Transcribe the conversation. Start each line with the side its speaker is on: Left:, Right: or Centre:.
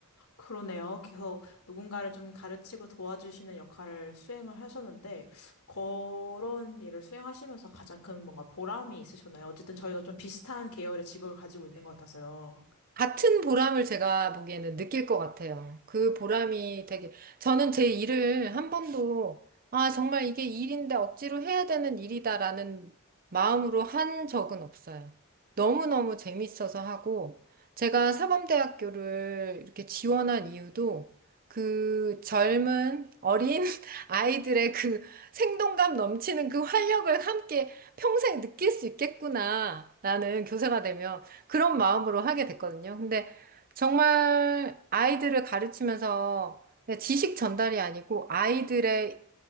Left: 그러네요. 계속 누군가를 좀 가르치고 도와주시는 역할을 수행을 하셨는데, 그런 일을 수행하시면서 가장 큰 뭔가 보람이 있으셨나요? 어쨌든 저희가 좀 비슷한 계열의 직업을 가지고 있는 것 같아서요.
Right: 같은 보람을 제가 보기에는 느낄 것 같아요. 그 보람이 되게, 저는 제 일을 한 번도, 아, 정말 이게 일인데 억지로 해야 되는 일이다라는 마음으로 한 적은 없어요. 너무너무 재밌어서 하고, 제가 사범대학교를 이렇게 지원한 이유도 그 젊은 어린 <laughs> 아이들의 그 생동감 넘치는 그 활력을 함께 평생 느낄 수 있겠구나. 나는 교사가 되면. 그런 마음으로 하게 됐거든요. 근데 정말 아이들을 가르치면서 그냥 지식 전달이 아니고 아이들의